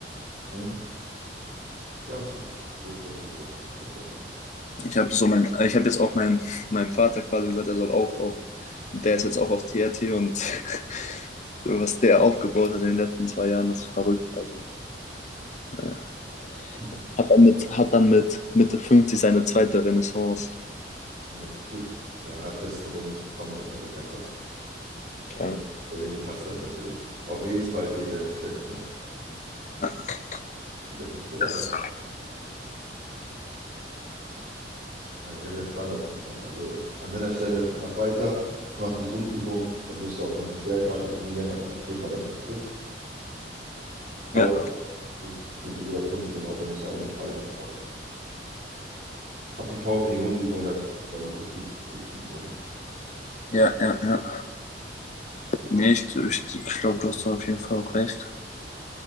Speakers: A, on the right; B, on the left.
A: Hm? Ja, ist richtig. Das ist doch gut so. Also,
B: Ich habe so mein, ich habe jetzt auch meinem meinem Vater quasi gesagt, er soll auch auf, der ist jetzt auch auf TRT und <laughs> was der aufgebaut hat in den letzten zwei Jahren, ist verrückt. Also, ja.
A: <laughs>
B: Hat dann mit, hat dann mit Mitte 50 seine zweite Renaissance.
A: ja, ist gut. Ja, Testosteron musste kommen, ne, wenn du keins hast.
B: Klar.
A: Dann, ist- wenn du wenig hast, dann ist natürlich auch Lebensqualität sehr, sehr schlecht. Ne?
B: Ja,
A: Das ist so leider.
B: das-
A: Ja, sehr, sehr spannend auf jeden Fall. Also an deiner Stelle, mach weiter, mach die Grundübung, dann wirst du auch nochmal stärker. Isolieren auf jeden Fall dann zum Schluss. Aufwärmen
B: ja,
A: mit Isolationsübung aufwärmen ist ja auch nicht falsch, aber hab die Power für die Grundübung, das ist ja am effektivsten. für dich und So, ne?
B: ja, ja. ja.
A: So.
B: Nee, ich, ich, ich glaube, du hast da auf jeden Fall auch recht.